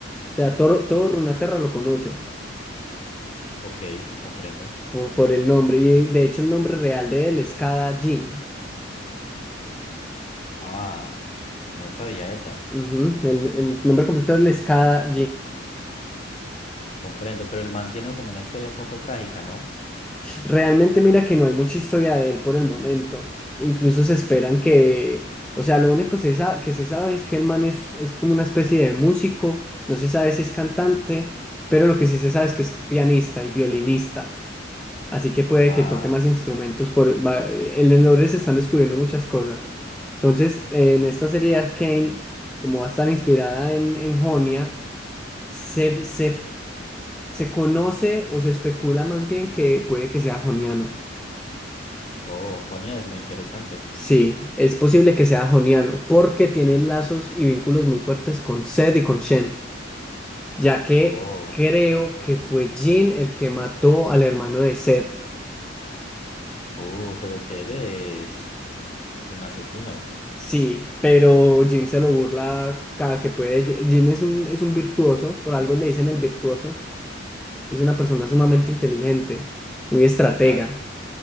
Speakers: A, in the centre; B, on the left.
A: O sea, todo, todo Runaterra lo conoce
B: Ok, comprendo.
A: por, por el nombre, y de hecho el nombre real de él es Cada Jean.
B: Ah, no sabía esa.
A: Ujú, El, el nombre completo de él es Cada
B: Comprendo, pero el man tiene como una historia un poco trágica, ¿no?
A: Realmente mira que no hay mucha historia de él por el momento. Incluso se esperan que, o sea, lo único se sa- que se sabe es que el man es, es como una especie de músico, no se sabe si es cantante, pero lo que sí se sabe es que es pianista y violinista, así que puede
B: Ah,
A: que toque más instrumentos. Por, va- en el lore se están descubriendo muchas cosas. Entonces, en esta serie de Arcane, como va a estar inspirada en, en Jonia, se, se, se conoce o se especula más bien que puede que sea joniano.
B: oh, coña, es muy interesante.
A: Sí, es posible que sea joniano, porque tiene lazos y vínculos muy fuertes con Sed y con Shen, ya que
B: Oh,
A: creo que fue Jin el que mató al hermano de Sed.
B: uh, pero usted es, es un asesino.
A: Sí, pero Jin se lo burla cada que puede. Ye- Jin es un, es un virtuoso, por algo le dicen el virtuoso. Es una persona sumamente inteligente, muy estratega.
B: Brutal.